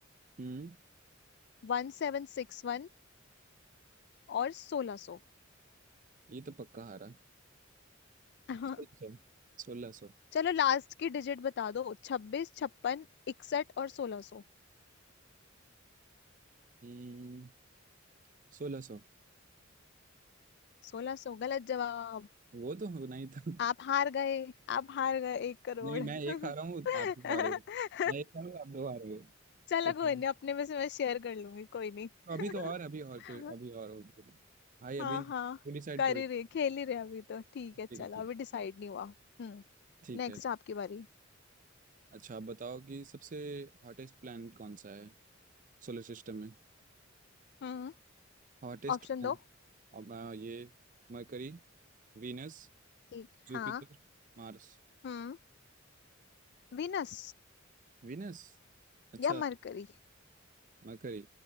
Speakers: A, on the right (about 40°); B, on the left (about 55°).
A: हम्म
B: वन सेवन सिक्स वन और सोलह सौ
A: ये तो पक्का हारा
B: <laughs>
A: सोलह सौ सोलह सौ
B: चलो लास्ट की डिजिट बता दो छब्बीस छप्पन इकसठ और सोलह सौ
A: हम्म सोलह सौ
B: सोलह सौ गलत जवाब
A: वो तो होना ही था
B: आप हार गए आप हार गए एक करोड़
A: नहीं मैं एक हारा
B: <laughs>
A: हूँ आप दो हारे हो मैं एक हारा हूँ आप दो हारे हो
B: चलो
A: तो तो
B: कोई नहीं अपने में से मैं शेयर कर लूंगी कोई नहीं <laughs>
A: अभी तो और अभी और कोई अभी और होगी भाई अभी
B: हाँ हाँ
A: पूरी साइड
B: कर
A: थोड़ी
B: ही रहे खेल ही रहे अभी तो ठीक
A: ठीक
B: है चलो
A: है ठीक
B: अभी डिसाइड नहीं हुआ हम्म
A: ठीक
B: नेक्स्ट
A: है
B: आपकी बारी
A: अच्छा आप बताओ कि सबसे हॉटेस्ट प्लैनेट कौन सा है सोलर सिस्टम में
B: हम्म
A: Hottest
B: ऑप्शन
A: planet?
B: दो
A: अब आ, ये Mercury Venus
B: ठीक
A: Jupiter
B: हाँ
A: Mars
B: हम्म विनस
A: Venus अच्छा
B: या मरकरी
A: मरकरी